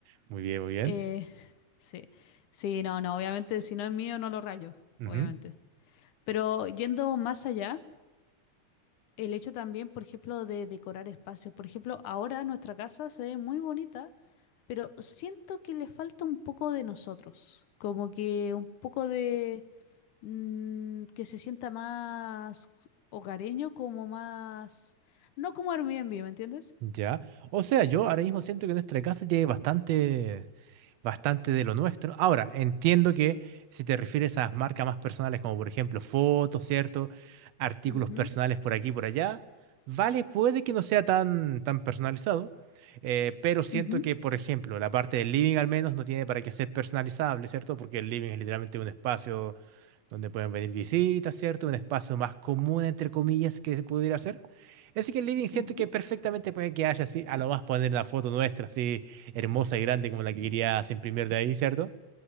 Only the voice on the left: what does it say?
Eh, <laughs> sí, sí, no, no, obviamente, si no es mío, no lo rayo,
obviamente. Pero yendo más allá, el hecho también, por ejemplo, de decorar espacios. Por ejemplo, ahora nuestra casa se ve muy bonita, pero siento que le falta un poco de nosotros, como que un poco de mm, que se sienta más hogareño, como más, no como Airbnb, ¿me entiendes?
Ujú,
ujú,
ujú.